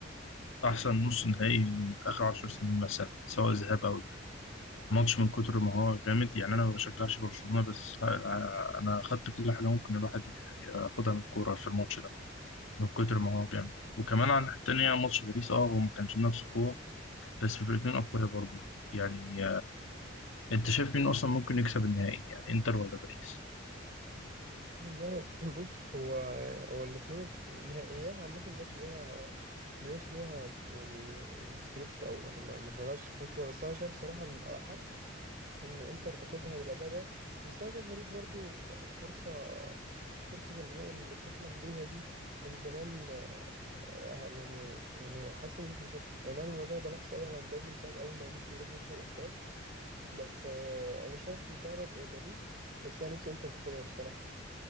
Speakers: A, on the left; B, on the right.
A: احسن نص نهائي اخر 10 سنين مثلا سواء ذهاب او اياب ماتش من كتر ما هو جامد يعني انا ما بشجعش برشلونه بس لا، انا اخدت كل حاجه ممكن الواحد ياخدها من الكوره في الماتش ده من كتر ما هو جامد وكمان على الناحيه التانيه ماتش باريس اه هو ما كانش نفس القوه بس الفرقتين اقوياء برضو يعني انت شايف مين اصلا ممكن يكسب النهائي يعني انتر ولا باريس
B: والله <laughs> بص هو هو الاتنين س- نهائيات عامة مبيبقاش ليها مبيبقاش ليها يعني سكريبت أو يعني ما- مش ملهاش فكرة بس أنا شايف صراحة الأحق إن إنتر تاخدها بالأداء ده بس أنا شايف باريس برضو فرصة فرصة النهائي اللي بتحلم بيها دي من زمان آه، آه، يعني يعني حاسس إن دي فرصتها أي نعم الموضوع يبقى نحس أوي على مبابي من ساعة أول ما مشي يروح ياخدوا الأبطال بس آه، أنا شايف الأقرب إيه، باريس بس أنا نفسي إنتر تاخدها الصراحة